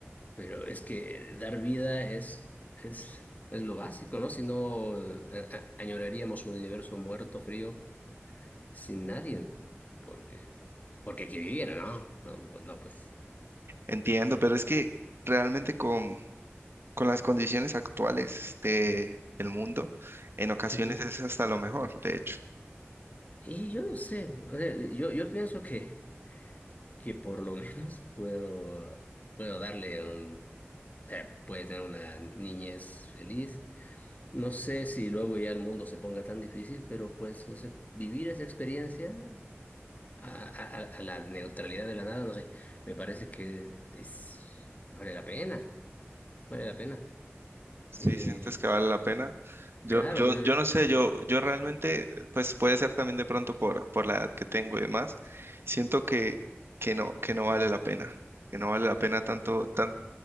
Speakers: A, on the left; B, on the right.
A: Pero es que dar vida es, es, es lo básico, ¿no? Si no, a- a- añoraríamos un universo muerto, frío, sin nadie. Porque, porque hay que vivir, ¿no? No, bu- no, pues.
B: entiendo, pero es que realmente con, con las condiciones actuales de, del mundo, en ocasiones
A: Ujú.
B: es hasta lo mejor, de hecho.
A: Y yo no sé, o sea, yo, yo pienso que, que por lo <laughs> menos puedo, puedo darle un... eh, puede tener una niñez feliz. No sé si luego ya el mundo se ponga tan difícil, pero pues ese- vivir esa experiencia a, a- a la neutralidad de la nada, no sé, me parece que es, vale la pena, vale la pena.
B: Sí,
A: Eh,
B: sientes que vale la pena. Yo,
A: claro,
B: yo,
A: eh,
B: yo no sé, yo, yo realmente, pues puede ser también de pronto por, por la edad que tengo y demás, siento que, que no, que no vale la pena, que no vale la pena tanto, tan,